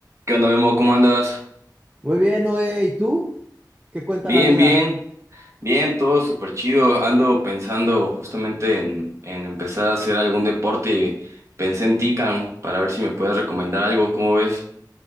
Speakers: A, on the right; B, on the right.
A: ¿Qué onda, Memo? ¿Cómo andas?
B: Muy bien, Noé. ¿Y tú? ¿Qué cuenta
A: Bien,
B: la vida?
A: bien, bien, todo súper chido. Ando pensando justamente en, en empezar a hacer algún deporte y pensé en ti, Cam, para ver si me puedes recomendar algo. ¿Cómo ves?